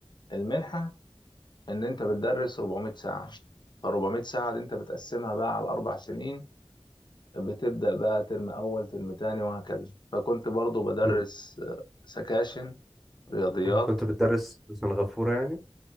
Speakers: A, on the left; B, in the centre.
A: المنحة ان انت بتدرس 400 ساعة ف 400 ساعة دي انت بتقسمها بقى على الاربع سنين بتبدأ بقى ترم أول ترم تاني وهكذا فكنت برضو بدرس
B: كنت
A: آه، سكاشن رياضيات
B: كنت بتدرس في سنغافورة يعني